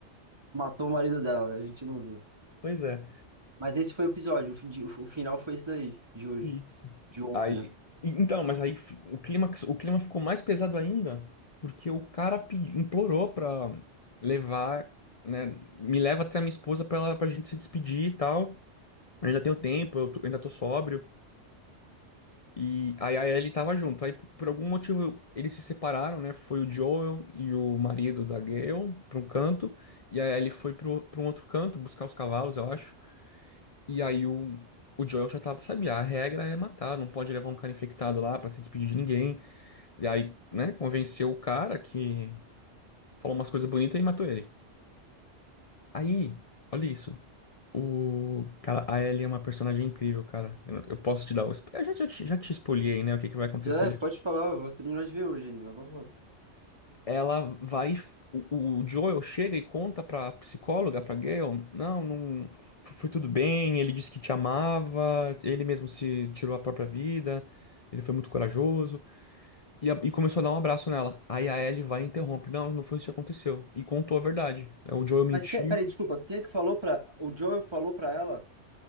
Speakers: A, on the right (about 20°); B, on the left (about 35°).
A: Matou o marido dela, né? A gente não viu.
B: Pois é.
A: Mas esse foi o episódio, o, fi- de- o final foi esse daí, de hoje,
B: Isso.
A: de ontem,
B: Aí,
A: né?
B: então, mas aí f- o clima, o clima ficou mais pesado ainda, porque o cara pe- implorou pra levar, né, me leva até a minha esposa pra ela, pra gente se despedir e tal. Eu ainda tenho tempo, eu, tô- eu ainda tô sóbrio. E aí a Ellie tava junto. Aí, p- por algum motivo, eles se separaram, né? Foi o Joel e o marido da Gale pra um canto, e a Ellie foi pro, pra um outro canto buscar os cavalos, eu acho. E aí o, o Joel já tava, sabia, a regra é matar, não pode levar um cara infectado lá pra se despedir de ninguém. E aí, né, convenceu o cara que falou umas coisas bonitas e matou ele. Aí, olha isso. O cara, a Ellie é uma personagem incrível, cara. Eu, eu posso te dar um. spo- Eu já, já, te já te espoliei, né? O que que vai acontecer?
A: Já é, pode falar, eu vou terminar de ver hoje ainda, mas pode falar.
B: Ela vai. O o Joel chega e conta pra psicóloga, pra Gale, não, não. Foi tudo bem, ele disse que te amava, ele mesmo se tirou a própria vida, ele foi muito corajoso. E, a- e começou a dar um abraço nela. Aí a Ellie vai e interrompe, não, não foi isso que aconteceu. E contou a verdade. né? O Joel mentiu.
A: Mas que, peraí, desculpa, quem é que falou pra. O Joel falou pra ela?